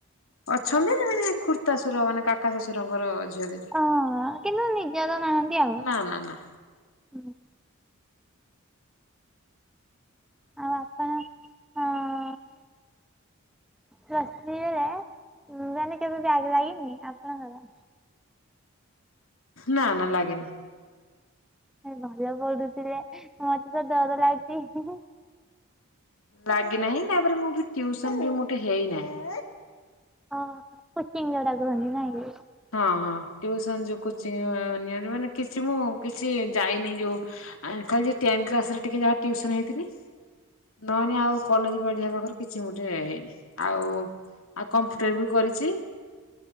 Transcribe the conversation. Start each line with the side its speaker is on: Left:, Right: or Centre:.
Left: ଅଛନ୍ତି
Centre: ହଁ
Left: ମାନେ ଖୁଡ଼ି ତାଶୁର ମାନେ କାକା ଶ୍ୱଶୁରଙ୍କର ଝିଅଦିଟା।
Centre: ଓ କିନ୍ତୁ ନିଜର ନାହାଁନ୍ତି ଆଉ।
Left: ନ ନା ନା।
Centre: ହୁଁ ଆଉ ଆପଣ ଅଁ ପ୍ଲସ ଥ୍ରୀ ରେ ମାନେ କେବେ ବ୍ୟାକ ଲାଗିନି ଆପଣଙ୍କର?
Left: ନା ନା ଲାଗେନି।
Centre: ତାଲେ ଭଲ ପଢୁଥିଲେ ମତେ ତ ଡର ଲାଗୁଚି।
Left: ଲାଗି ନାହିଁ ତାପରେ ମୁଁ ବି ଟିୱସନ ବି ମୋଟେ ହେଇନାହିଁ।
Centre: ହଁ କୋଚିଙ୍ଗ ଜୋଉଟା କୁହନ୍ତି ନାଇଁ କି?
Left: ହଁ ହଁ ଟ୍ୟୁସନ ଯୋଉ କୋଚିଂ ନିଅନ୍ତି ମାନେ କିଛି ମୁଁ କିଛି ଯାଇନି ଯୋଉ ଆ ଖାଲି ଟେନ କ୍ଲାସ ରେ ଟିକେ ଯାହା ଟିଉସନ ହେଇଥିନି। ନନେ ଆଉ କଲେଜ ପଢିବା ପାଖରୁ କିଛି ମୋଟେ ହେଇନି। ଆଉ ଆଉ କମ୍ପ୍ୟୁଟର ବି କରିଚି।